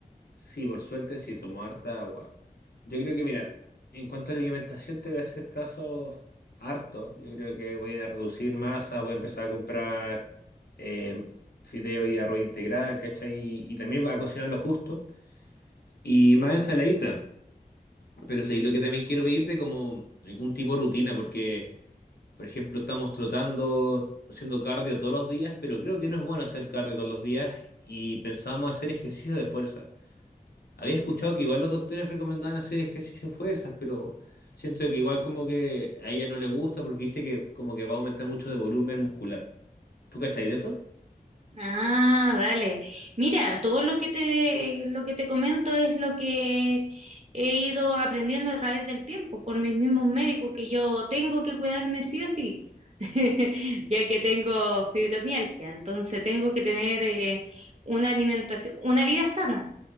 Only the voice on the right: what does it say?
Ah, vale. Mira, todo lo que te, lo que te comento es lo que he ido aprendiendo a través del tiempo por mis mismos médicos, que yo tengo que cuidarme sí o sí, <laughs> ya que tengo fibromialgia, entonces tengo que tener eh, una alimentación, una vida sana.